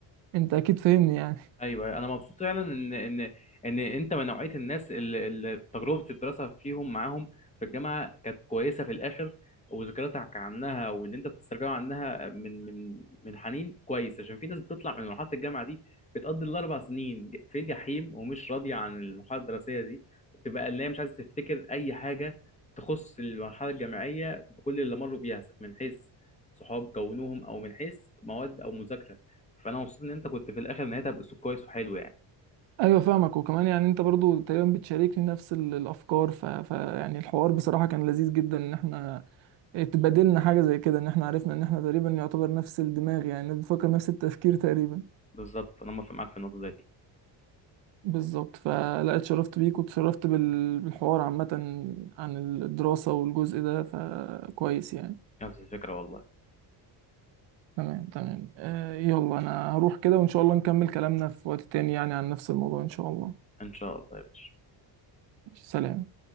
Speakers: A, on the right; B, on the left.
A: انت اكيد فاهمني يعني
B: ايوه انا مبسوط فعلا ان ان ان انت من نوعيه الناس اللي, اللي تجربه الدراسه فيهم معاهم في الجامعه كانت كويسه في الاخر وذكرياتك عنها واللي انت بتسترجعه عنها من من من حنين كويس عشان في ناس بتطلع من مرحله الجامعه دي بتقضي الاربع سنين ج- في جحيم ومش راضيه عن المرحله الدراسيه دي بتبقى اللي هي مش عايزه تفتكر اي حاجه تخص المرحله الجامعيه بكل اللي مروا بيها من حيث صحاب كونوهم او من حيث مواد او مذاكره فانا مبسوط ان انت كنت في الاخر نهايتها باسلوب كويس وحلو يعني
A: ايوه فاهمك وكمان يعني انت برضو تقريبا بتشاركني نفس ال- الافكار ف... ف يعني الحوار بصراحه كان لذيذ جدا ان احنا اتبادلنا حاجه زي كده ان احنا عرفنا ان احنا تقريبا يعتبر نفس الدماغ يعني بنفكر نفس التفكير تقريبا
B: بالظبط انا موافق معاك في النقطه زي دي
A: بالظبط فلا اتشرفت بيك واتشرفت بال- بالحوار عامه عن الدراسه والجزء ده فكويس يعني
B: نفس الفكره والله
A: تمام تمام آه يلا انا هروح كده وان شاء الله نكمل كلامنا في وقت تاني يعني عن نفس الموضوع ان شاء الله
B: ان شاء الله يا باشا
A: سلام